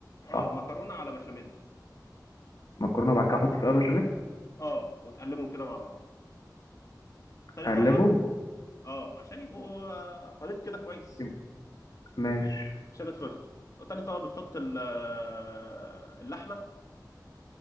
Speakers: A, on the left (about 45°); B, on the left (about 65°).
A: اه
B: صح
A: مكرونة على بشاميل
B: مكرونة بعد كده احط فيها بشاميل
A: اه وتقلبهم كده مع بعض تاني
B: اقلبهم
A: طبقة اه عشان يبقوا آه، خليط كده كويس
B: يبقى- ماشي
A: عشان اتخلطوا تاني طبقة بتحط ال- آه، اللحمة